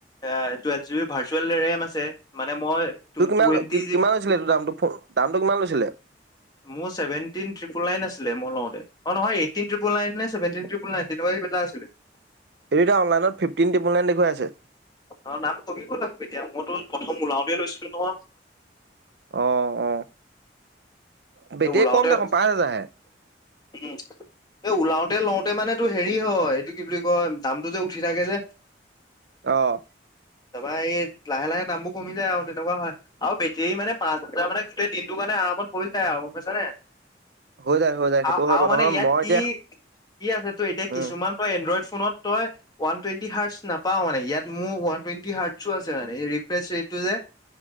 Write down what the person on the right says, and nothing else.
তোৰ কিমান
কিমান
লৈছিলে এইটো দামটো ফোন দামটো কিমান লৈছিলে?
এই এতিয়া অনলাইনত ফিফটিন ত্ৰিপোল নাইন দেখুৱাই আছে।
অ', অ'। বেটেৰী
কম দেখোন
পাঁচ হাজাৰহে।
অ'।
হৈ যায় হৈ যায় সেইটো
হয়
বাৰু
নহয়
মই
এতিয়া
উম,